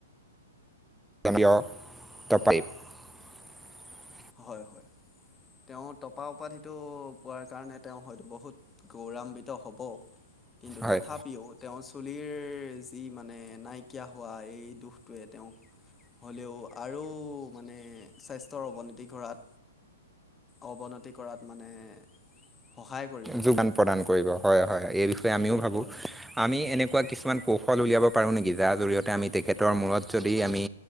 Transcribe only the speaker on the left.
হয়, হয়। তেওঁ টপা উপাধিটো পোৱাৰ কাৰণে তেওঁ হয়তো বহুত গৌৰাান্বিত হব। কিন্তু
তথাপিও তেওঁ চুলিৰ যি মানে নাইকিয়া হোৱা এই দোষটোৱে তেওঁক হ'লেও আৰু মানে স্বাস্থ্যৰ অৱনতি ঘৰাত অৱনতি কৰাত মানে সহায় কৰিব
হয়